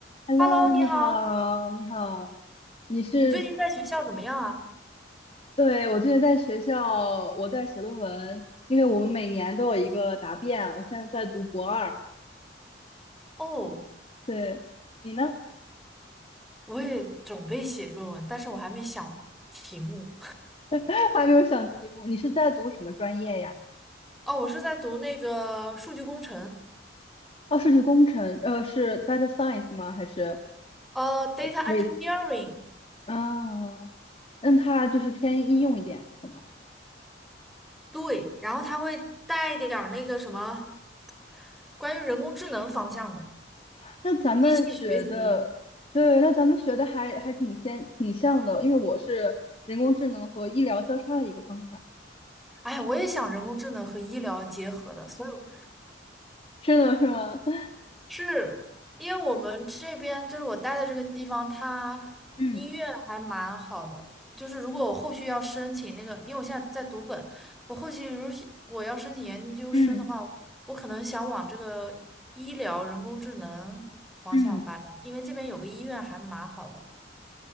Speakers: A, on the left; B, in the centre.
A: Hello，
B: Hello，你好，
A: 你好，你好，你是，
B: 你最近在学校怎么样啊？
A: 对，我最近在学校，我在写论文，因为我们每年都有一个答辩，我现在在读博二。
B: 哦，
A: 对，你呢？
B: 我也准备写论文，但是我还没想题目。
A: <laughs> 还没有想题目，你是在读什么专业呀？
B: 哦，我是在读那个数据工程，
A: 哦，数据工程，呃，是 data science 吗？还是
B: 呃，data
A: 类似？
B: engineering。
A: 啊，那它就是偏应用一点，可能。
B: 对，然后它会带一点儿那个什么关于人工智能方向的
A: 那咱们学的，
B: 机器学习。
A: 对，那咱们学的还还挺先挺像的，因为我是人工智能和医疗交叉的一个方向。
B: 哎呀我也想人工智能和医疗结合的，所以。
A: 是的，是吗？<laughs>
B: 是因为我们这边就是我待的这个地方，它医院还蛮好的。
A: 嗯
B: 就是如果我后续要申请那个，因为我现在在读本，我后续如果我要申请研究生的话，
A: 嗯
B: 我可能想往这个医疗人工智能方向发展，
A: 嗯，
B: 因为这边有个医院还蛮好的。